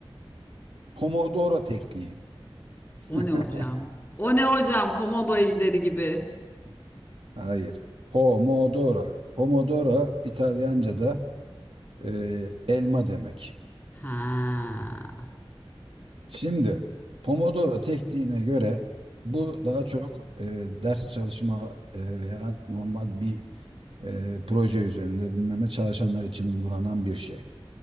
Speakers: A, on the right; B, on the left.
A: Pomodoro tekniği.
B: O
A: <laughs>
B: ne hocam? O ne hocam? Komodo ejderi gibi.
A: Hayır. Pomodoro. Pomodoro İtalyanca'da
B: Komodo
A: e, elma demek.
B: Ha.
A: Şimdi Pomodoro tekniğine göre bu daha çok e, ders çalışma e, veya normal bir e, proje üzerinde bilmem ne çalışanlar için uygulanan bir şey.